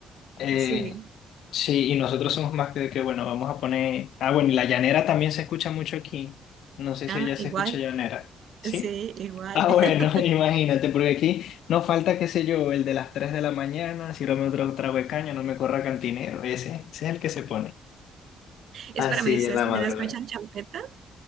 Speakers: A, on the left; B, on the right.
A: Eh,
B: Sí.
A: sí, y nosotros somos más de que, bueno, vamos a poner... Ah, bueno, y la llanera también se escucha mucho aquí. No sé
B: Ah,
A: si allá se
B: igual.
A: escucha llanera. ¿Sí?
B: Sí, igual.
A: Ah,
B: <laughs>
A: bueno, <laughs> imagínate, porque aquí no falta, qué sé yo, el de las 3 de la mañana, sírvame otro trago de caña, no me corra cantinero. Ese, ese es el que se pone. Así
B: Espérame, ¿y ¿ustedes
A: en la
B: también
A: madrugada.
B: escuchan champeta?